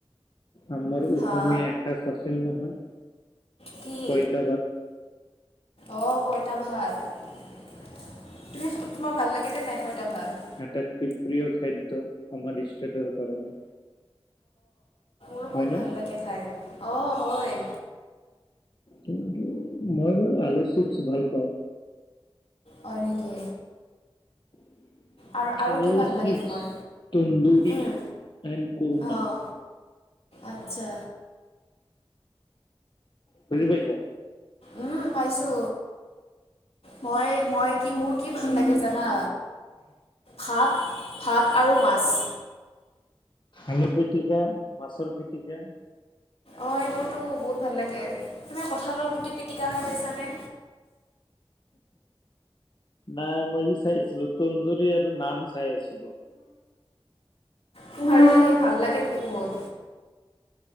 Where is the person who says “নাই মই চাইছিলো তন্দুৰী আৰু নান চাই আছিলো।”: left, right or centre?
Left